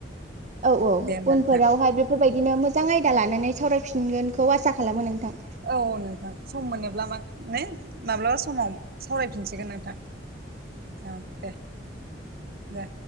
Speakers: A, on the right (about 40°); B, on the right (about 55°).
A: औ औ
B: दे होमबा
A: उनफोरावहाय
B: नोंथां
A: बेफोरबायदिनो मोजां आयदा लानानै सावरायफिनगोनखौ आसा खालामो नोंथां
B: औ नोंथां सम मोनोब्ला माने माब्लाबा समाव सावरायफिनसिगोन नोंथां औ दे दे